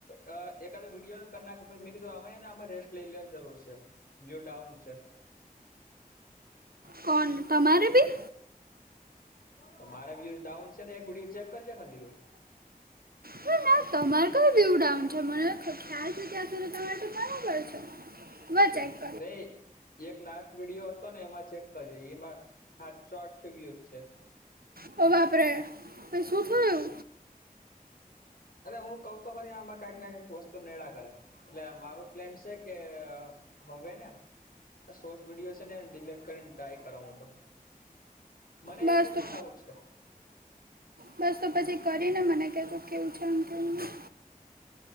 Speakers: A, on the left; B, on the right.
A: કે એકાદ વિડિયોનું કરી નાખું પછી મેં કહ્યું, અમને આમાં રેસ્ટ લઈ લેવાની જરૂર છે. વિડિઓ ડાઉન છે.
B: કોણ તમારે બી.
A: તો મારા વ્યુઝ ડાઉન છે ને એક વિડીયો ચેક કરજે ખાલી તું.
B: ના તમારે કઈ વ્યુ ડાઉન છે, મને ખ્યાલ છે ત્યાં સુધી તમારે તો બરાબર છે. વધ જાય
A: નય એક લાસ્ટ વિડીયો હતો ને, એમાં ચેક કરી એમાં આઠસો આઠસો વ્યુઝ છે.
B: ઓ બાપરે ઓછી શું થયું?
A: અરે હું કહું તો ખરી, આમાં કાઢ નાખ સોસ તો નડેળા કરે. એટલે મારો પ્લેન છે કે હવે ને શોર્ટ વિડીયો છે ને, ડિલીટ કરીને ટ્રાય કરું હું તો. મને
B: બસ
A: એની ઉપર
B: તો
A: ડાઉટ છે.
B: બસ તો પછી કરીને મને કહો કેવું છે, આમ કેવની.